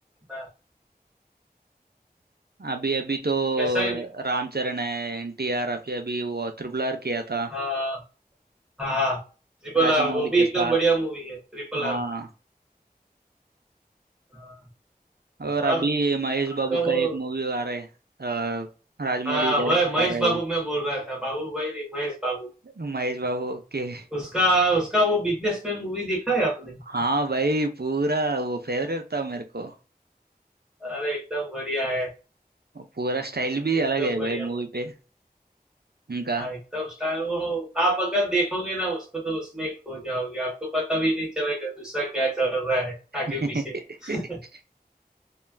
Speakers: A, in the centre; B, on the right.
A: ना,
B: अभी अभी तो
A: ऐसा ही भी
B: रामचरण है एनटीआर अभी अभी वो ट्रिपल आर किया था
A: हाँ हाँ ट्रिपल
B: राजमौली
A: आर वो
B: के
A: भी एकदम
B: साथ
A: बढ़िया मूवी है ट्रिपल
B: हाँ
A: आर हाँ,
B: और
A: और
B: अभी ये महेश
A: आपका
B: बाबू
A: वो
B: का एक मूवी आ रहा है अ, राजमौली
A: हाँ
B: डायरेक्ट
A: वह
B: कर
A: महेश
B: रहे हैं
A: बाबू मैं बोल रहा था बाबू भाई नहीं महेश बाबू
B: महेश बाबू ओके
A: उसका उसका वो बिजनेसमैन मूवी देखा है आपने
B: हाँ भाई पूरा वो फेवरेट था मेरे को
A: अरे एकदम बढ़िया है
B: और पूरा स्टाइल भी
A: एकदम
B: अलग है
A: बढ़िया
B: भाई मूवी
A: मूवी
B: पे उनका
A: हाँ एकदम स्टार वो आप अगर देखोगे ना उसको तो उसमें ही खो जाओगे आपको पता भी नहीं चलेगा दूसरा क्या चल रहा है
B: <laughs>
A: आगे पीछे <laughs>